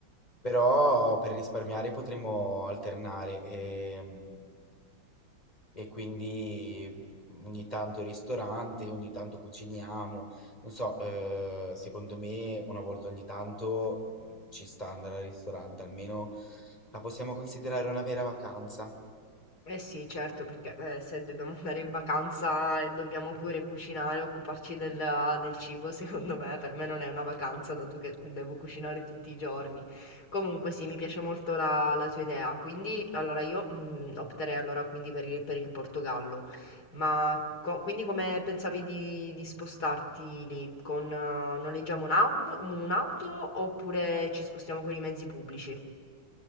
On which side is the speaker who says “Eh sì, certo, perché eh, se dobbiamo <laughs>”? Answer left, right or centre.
Left